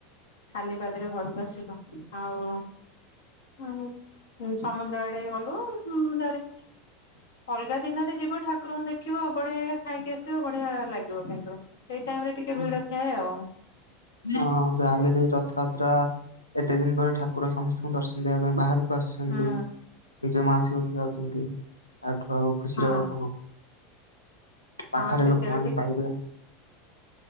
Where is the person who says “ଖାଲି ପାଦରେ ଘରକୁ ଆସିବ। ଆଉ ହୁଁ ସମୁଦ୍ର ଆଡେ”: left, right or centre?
Left